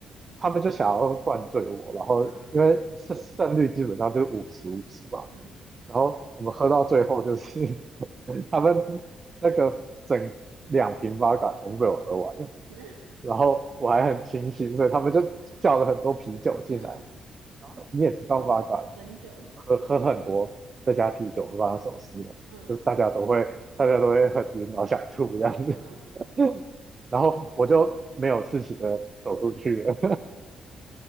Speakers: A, on the right (about 40°); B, on the right (about 75°).
A: 他们就想要灌醉我，然后因为胜胜率基本上就是五十五十吧，
B: 嗯嗯，
A: 然后我们喝到最后就是 <laughs> 他们那个整两瓶 v o d a 全部被我喝完了，
B: <laughs> 那
A: 然后我还很清醒，所以他们就叫了很多啤酒进来。
B: 嗯
A: 然后你也知道 v 嘎，
B: 很久，
A: 喝喝很多再加啤酒会发生什么事呢？
B: 嗯嗯。
A: 就是大家都会大家都会很晕，然后想吐这样子。
B: 嗯
A: <laughs> 然后我就没有事情的走出去了，